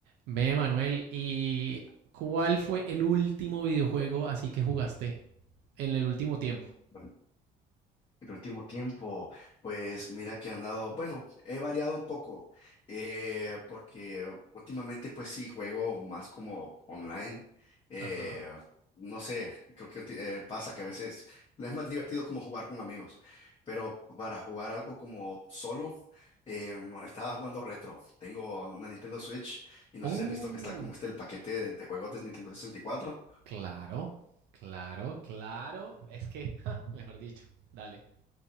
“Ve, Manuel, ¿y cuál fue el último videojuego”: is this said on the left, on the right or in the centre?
Right